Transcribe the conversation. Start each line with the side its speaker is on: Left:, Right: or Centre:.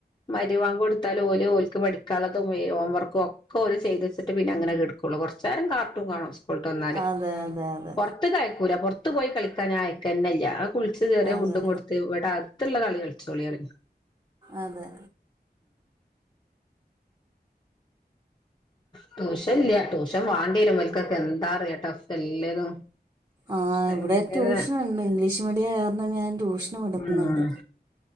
Left: മരിവാഗ് കൊടുത്താല് ഓല് ഓൽക്ക് പടിക്കാനുള്ളതും ഹോംവർക്കും ഒക്കെ ഓല് ചെയ്ത് വച്ചിട്ട് പിന്നെ അങ്ങനെ കെട്കും. മ്മള് കൊർച്ചേരം കാർട്ടൂ കാണും. സ്കൂൾട്ട് വന്നാല്
Right: അതെ അതെ അതെ
Left: പൊറത്ത് കയ്ക്കൂല. പൊർത്ത് പോയി കളിക്കാഞാൻ അയക്കന്നല്ല. കുളിച്ച് കേറിയ
Right: അതെ
Left: ഫുഡും കൊടുത്ത് ഇവടെ അത്തുള്ള കളി കളിച്ചോളി പറി
Right: അതെ
Left: ട്യൂഷൻ ഇല്ല ട്യൂഷൻ വാണ്ടിരുവൽക്കൊക്കെ എന്താറിയാ ടഫ് എല്ലതും.
Right: ആ
Left: ഭയങ്കര
Right: ഇവിടെ ട്യൂഷന്ണ്ട് ഇംഗ്ലീഷ് മീഡിയം കാരണം ഞാൻ ട്യൂഷന് വിട്ന്ന്ണ്ട്.
Left: ഉം